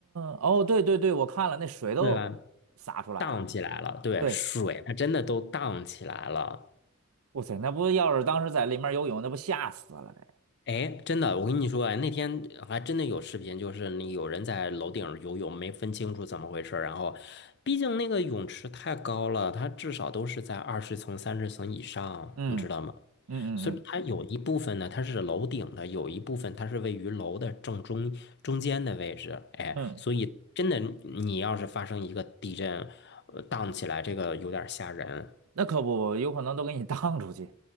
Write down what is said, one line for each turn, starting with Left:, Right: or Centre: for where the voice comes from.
Right: 哦，对对对，我看了，那水都洒出来了。
Left: 对吧？荡起来了，对，
Right: 对，
Left: 水它真的都荡起来了。
Right: 哇塞，那不要是当时在里面游泳，那不吓死了得。
Left: 哎，真的，我跟你说，哎，那天还真的有视频，就是那有人在楼顶儿游泳，没分清楚怎么回事儿。然后，毕竟那个泳池太高了，它至少都是在二十层、三十层以上，
Right: 嗯
Left: 你知道吗？
Right: 嗯嗯嗯
Left: 所以它有一部分呢，它是楼顶的，有一部分它是位于楼的正中中间的位置。哎，
Right: 嗯，
Left: 所以真的，你要是发生一个地震，呃荡起来，这个有点儿吓人。
Right: 那可不，有可能都给你 <laughs> 荡出去，